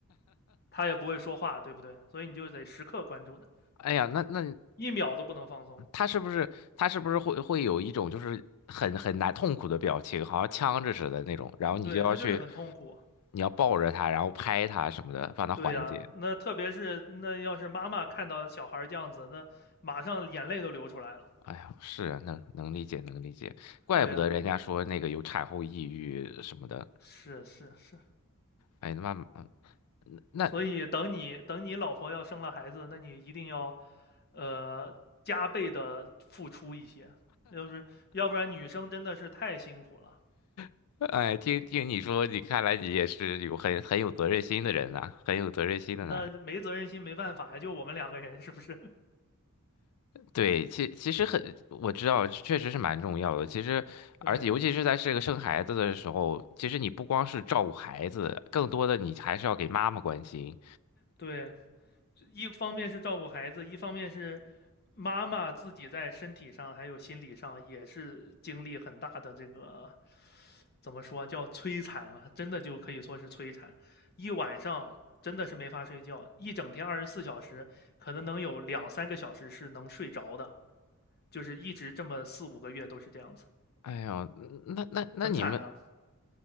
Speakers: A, on the left (about 45°); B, on the left (about 80°).
A: 他也不会说话，对不对？所以你就得时刻关注着，
B: 哎呀，那那
A: 一秒都不能放松。
B: 他是不是他是不是会会有一种就是很很难痛苦的表情，好像呛着似的那种，然后你就要去，
A: 对他就是很痛苦。
B: 你要抱着他，然后拍他什么的，帮他缓解。
A: 对呀、啊那特别是那要是妈妈看到小孩这样子，那马上眼泪都流出来了。
B: 哎呀，是啊，能能理解能理解，怪不得人家说那个有产后抑郁什么的。
A: 对呀、啊是是是，
B: 哎，那妈妈，那
A: 所以等你等你老婆要生了孩子，那你一定要，呃，加倍的付出一些，要不是要不然女生真的是太辛苦了，
B: <laughs> 哎，听听你说，你看来你也是有很很有责任心的人呐、很有责任心的男人。
A: 呃那没责任心没办法呀，就我们两个人是不是？
B: 对，其其实很，我知道，确实是蛮重要的。其实，
A: <laughs> 对
B: 而且尤其是在这个生孩子的时候，其实你不光是照顾孩子，更多的你还是要给妈妈关心。
A: 对，一方面是照顾孩子，一方面是妈妈自己在身体上还有心理上也是经历很大的这个怎么说叫摧残啊，真的就可以说是摧残，一晚上真的是没法睡觉，一整天二十四小时，可能能有两三个小时是能睡着的，就是一直这么四五个月都是这样子，
B: 哎呀，那那那你们
A: 很惨的。